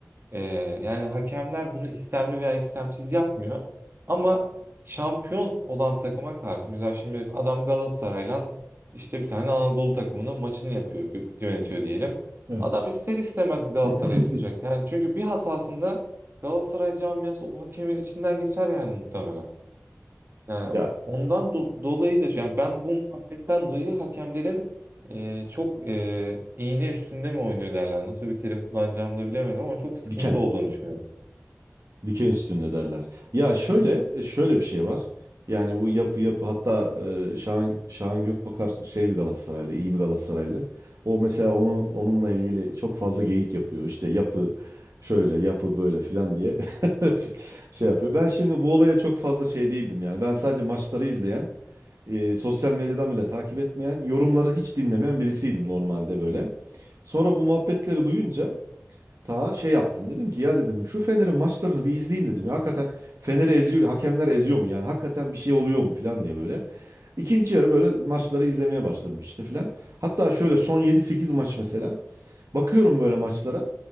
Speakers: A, on the right (about 50°); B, on the right (about 70°).
A: Ee, yani hakemler bunu istemli veya istemsiz yapmıyor. Ama şampiyon olan takıma karşı mesela şimdi adam Galatasaray'la işte bir tane Anadolu takımının maçını yapıyor, gö- yönetiyor diyelim.
B: Evet.
A: Adam ister istemez Galatasaray'ı
B: <clears throat>
A: tutacak. Yani çünkü bir hatasında Galatasaray camiası o hakemin içinden geçer yani muhtemelen. Yani
B: Ya
A: ondan do- dolayı da yani ben bu muhabbetten dolayı hakemlerin e, çok e, iğne üstünde mi oynuyor derler. Nasıl bir terim kullanacağımı da bilemedim ama çok sıkıntı
B: diken.
A: olduğunu düşünüyorum.
B: Diken üstünde derler. Ya şöyle
A: Hı?
B: e, şöyle bir şey var. Yani bu yapı yapı hatta e, Şahan Şahan Gökbakar şey bir Galatasaraylı, iyi bir Galatasaraylı. O mesela onu onunla ilgili çok fazla geyik yapıyor. İşte yapı şöyle, yapı böyle filan diye <laughs> şey yapıyor. Ben şimdi bu olaya çok fazla şey değildim yani. Ben sadece maçları izleyen, e, sosyal medyadan bile takip etmeyen, yorumları hiç dinlemeyen birisiydim normalde böyle. Sonra bu muhabbetleri duyunca ta şey yaptım. Dedim ki ya dedim şu Fener'in maçlarını bir izleyeyim dedim. Ya hakikaten Fener'i eziyor, hakemler eziyor mu? Yani hakikaten bir şey oluyor mu falan diye böyle. İkinci yarı böyle maçları izlemeye başladım işte falan. Hatta şöyle son yedi sekiz maç mesela. Bakıyorum böyle maçlara.